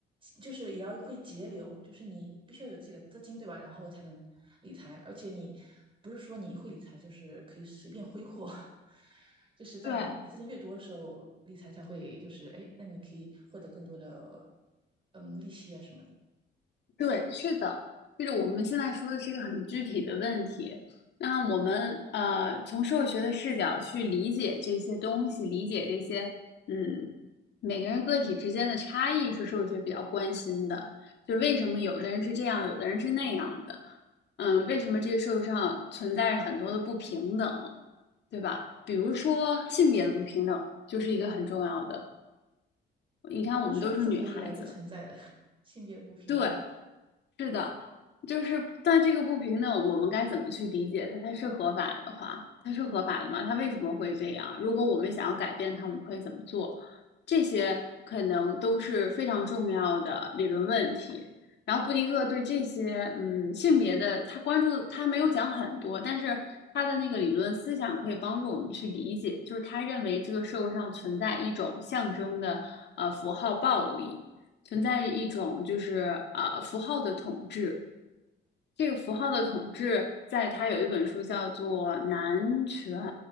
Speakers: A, on the right; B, on the left.
A: 就是也要会节流，就是你必须要有自己的资金，对吧？然后才能理财，而且你不是说你会理财就是可以随便挥霍，<laughs> 就是在你你资金越多的时候，
B: 对，
A: 理财才会就是哎，那你可以获得更多的嗯利息啊什么的，
B: 对，是的，就是我们现在说的是一个很具体的问题。那我们呃，从社会学的视角去理解这些东西，理解这些嗯，每个人个体之间的差异是社会学比较关心的。就为什么有的人是这样，有的人是那样的？嗯，为什么这个社会上存在着很多的不平等，对吧？比如说性别的不平等就是一个很重要的。你看，我们都是女孩子，
A: 这是自古以来就存在的 <laughs> 性别不平等。
B: 对。是的，就是在这个不平等，我们该怎么去理解它？它是合法的话，它是合法的吗？它为什么会这样？如果我们想要改变它，我们可以怎么做？这些可能都是非常重要的理论问题。然后布迪厄对这些嗯性别的，他关注他没有讲很多，但是他的那个理论思想可以帮助我们去理解，就是他认为这个社会上存在一种象征的呃符号暴力。存在一种就是呃符号的统治。这个符号的统治，在他有一本书叫做《男权